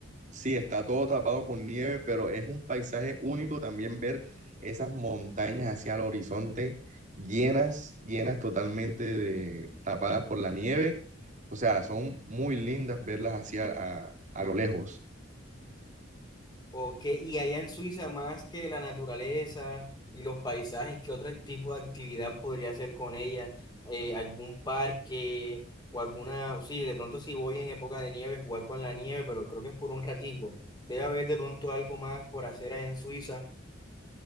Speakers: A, on the right; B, on the left.
A: sí, está todo tapado con nieve, pero es un paisaje único también ver esas montañas hacia el horizonte llenas, llenas totalmente de tapadas por la nieve. O sea, son muy lindas verlas hacia a a lo lejos.
B: Ok, y allá en Suiza, más que la naturaleza y los paisajes, ¿qué otro tipo de actividad podría hacer con ella? Eh, ¿algún parque o alguna, sí, de pronto si voy en época de nieve, jugar con la nieve, pero creo que es por un ratico. Debe haber de pronto algo más por hacer allá en Suiza.